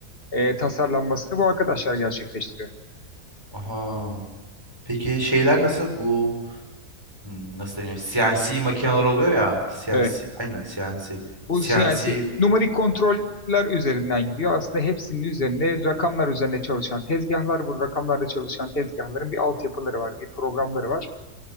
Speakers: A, on the left; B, on the right.
A: e, tasarlanmasını bu arkadaşlar gerçekleştiriyor.
B: Aha. Peki şeyler nasıl? Bu hmm, nasıl deniyor? CNC makineler oluyor ya. CNC,
A: Evet.
B: aynen CNC.
A: Bu
B: CNC
A: CNC numarik kontroller üzerinden gidiyor. Aslında hepsinin üzerinde rakamlar üzerine çalışan tezgahlar, bu rakamlarla çalışan tezgahların bir altyapıları var, bir programları var.